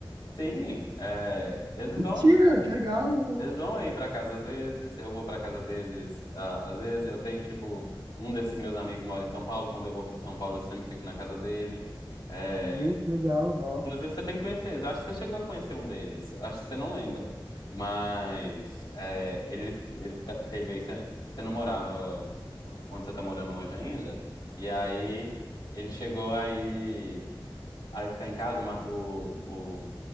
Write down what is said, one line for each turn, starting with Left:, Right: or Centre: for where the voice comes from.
Left: sim, é, eles
Right: Mentira,
Left: vão.
Right: que legal!
Left: Eles vão aí pra casa às vezes, eu vou pra casa deles ah, às vezes. Eu tenho, tipo, um desses meus amigos mora em São Paulo. Quando eu vou pra São Paulo, eu sempre fico na casa dele. É,
Right: Gente, que legal, ó.
Left: Inclusive, você tem que conhecer eles. Eu acho que você chegou a conhecer um deles. Eu acho que você não lembra. Mas é, ele, ele ta- teve aí. Você, você não morava onde você tá morando hoje ainda. E aí ele chegou aí, aí ficar em casa. Uma, o,